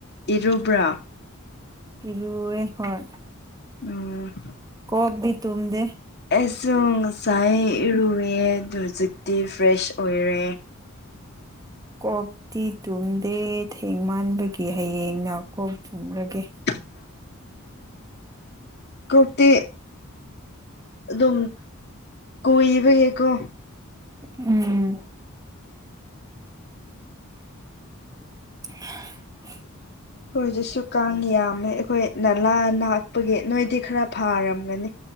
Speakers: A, on the left (about 50°); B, on the right (about 15°).
A: ꯏꯔꯨꯕ꯭ꯔꯥ
B: ꯏꯔꯨꯑꯦ ꯍꯣꯏ
A: ꯎꯝ
B: ꯀꯣꯛꯇꯤ ꯇꯨꯝꯗꯦ
A: ꯑꯩꯁꯨ ꯉꯁꯥꯏ ꯏꯔꯨꯑꯦ ꯑꯗ ꯍꯧꯖꯤꯛꯇꯤ ꯐ꯭ꯔꯦꯁ ꯑꯣꯏꯔꯦ
B: ꯀꯣꯛꯇꯤ ꯇꯨꯝꯗꯦ ꯊꯦꯡ ꯃꯥꯟꯕꯒꯤ ꯍꯌꯦꯡꯅ ꯀꯣꯛ ꯇꯨꯝꯂꯒꯦ
A: <inaudible> ꯀꯣꯛꯇꯤ ꯑꯗꯨꯝ ꯀꯨꯏꯕꯒꯤꯀꯣ
B: ꯎꯝ ꯍ
A: ꯑꯈꯣꯏ ꯑꯗꯨꯁꯨ ꯀꯥꯡ ꯌꯥꯝꯃꯦ ꯑꯈꯣꯏ ꯅꯂꯥ ꯅꯅꯥꯛꯄꯒꯤ ꯅꯣꯏꯗꯤ ꯈꯔ ꯐꯥꯔꯝꯒꯅꯤ